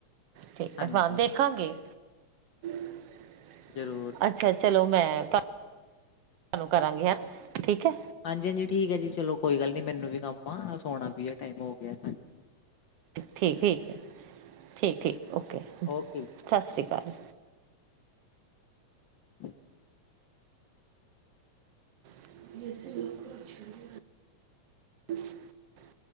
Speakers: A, on the right; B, on the left.
A: ਠੀਕ
B: ਹਾਂਜੀ
A: ਏ ਹਾਂ ਦੇਖਾਂਗੇ। <inaudible>
B: ਜ਼ਰੂਰ
A: ਅੱਛਾ ਚਲੋ ਮੈਂ ਕ ਤੁਹਾਨੂੰ ਕਰਾਂਗੀ ਮੈਂ ਠੀਕ ਐ।
B: ਹਾਂਜੀ-ਹਾਂਜੀ ਠੀਕ ਹੈ ਜੀ ਚਲੋ ਕੋਈ ਗੱਲ ਨੀ ਮੈਨੂੰ ਵੀ ਕੰਮ ਆ ਸੋਣਾ ਵੀ ਐ ਟਾਈਮ ਹੋ ਗਿਆ।
A: ਠ ਠੀ ਠੀਕ ਹੈ ਠੀਕ-ਠੀਕ ਓਕੇ ਸਤਿ
B: ਓਕੇ
A: ਸ੍ਰੀ ਅਕਾਲ।
B: <inaudible>
A: <inaudible>